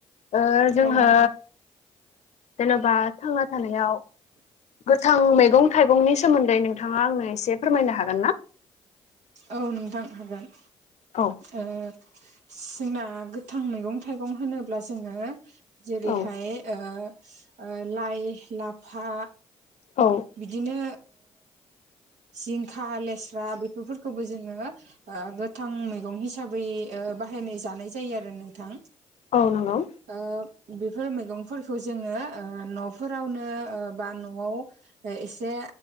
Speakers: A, on the left (about 60°); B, on the right (about 75°).
A: ओ जोंङो
B: नोंथां
A: जेन'बा थांना थानायाव गोथां मैगं थाइगंनि सोमोन्दै नोंथाङा आंनो एसे फोरमायनो हागोन ना।
B: औ नोंथां हागोन।
A: औ
B: ओ जोंना गोथां मैगं थाइगं होनोब्ला जोंङो जेरैहाय
A: औ
B: ओ लाइ लाफा
A: औ
B: बिदिनो जिंखा लेस्रा बेफोरखौबो जोंङो ओ गोथां मैगं हिसाबै बाहायनाय जानाय जायो आरो नोंथां।
A: औ नंगौ
B: ओ बेफोर मैगंफोरखौ जोंङो न'फोरावनो बा न'आव एसे